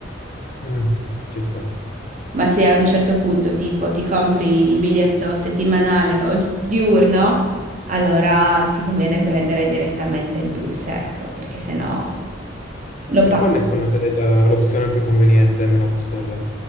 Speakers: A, on the left (about 40°); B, on the right (about 40°).
A: Mm, ci sta.
B: ma se a un certo punto, tipo, ti compri il biglietto settimanale o diurno, allora ti conviene prendere direttamente il bus, ecco, perché sennò lo
A: E
B: paghi.
A: qual è secondo te la- l'opzione più conveniente e meno costosa?